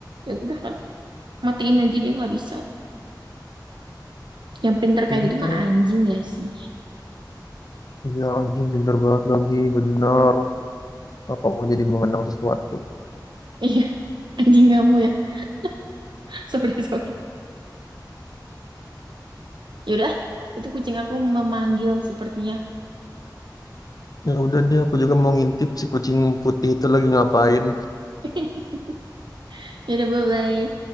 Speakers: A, on the right; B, on the left.
A: Ya udah kan, matiin aja dia nggak bisa. Yang pinter kayak
B: Pinter.
A: gitu mah anjing ya sih.
B: Iya anjing pinter banget lagi, bener. Apa mau jadi mengenang sesuatu?
A: <laughs> Iya, anjing kamu ya. <laughs> Sorry, sorry. Yaudah, itu kucing aku memanggil sepertinya.
B: Ya udah deh, aku juga mau ngintip si kucing putih itu lagi ngapain.
A: <laughs> Yaudah, bye-bye.